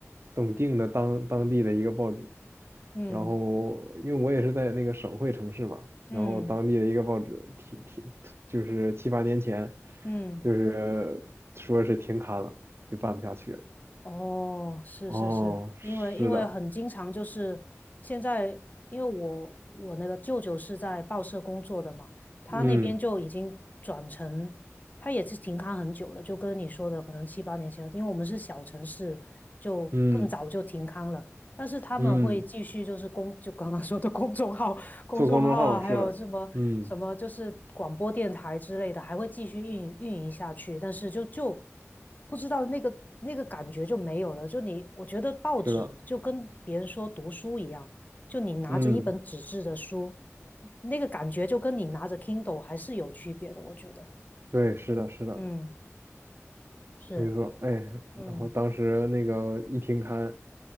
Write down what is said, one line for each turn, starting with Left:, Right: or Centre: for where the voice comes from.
Right: 总订的当当地的一个报纸，
Left: 嗯
Right: 然后因为我也是在那个省会城市嘛，
Left: 嗯
Right: 然后当地的一个报纸挺挺就是七八年前，
Left: 嗯，
Right: 就是说是停刊了，就办不下去了。
Left: 哦，是是是，
Right: 哦，是的，
Left: 因为因为很经常就是现在，因为我我那个舅舅是在报社工作的嘛，他那边就已经转成，
Right: 嗯
Left: 他也是停刊很久了，就跟你说的可能七八年前，因为我们是小城市，就更早就停刊了。
Right: 嗯
Left: 但是他们会继续就是公，
Right: 嗯，
Left: 就刚刚说的公众号、公众号啊，
Right: 做公众号是的，
Left: 还有什么什么就是广播电台之类的，
Right: 嗯
Left: 还会继续运运营下去。但是就就不知道那个那个感觉就没有了。就你，我觉得报纸就跟别人说读书一样，
Right: 是的，
Left: 就你拿着一本纸质的书，
Right: 嗯
Left: 那个感觉就跟你拿着 Kindle 还是有区别的。我觉得，
Right: 对，是的是的，
Left: 嗯，是，
Right: 没错，哎，
Left: 嗯
Right: 然后当时那个一停刊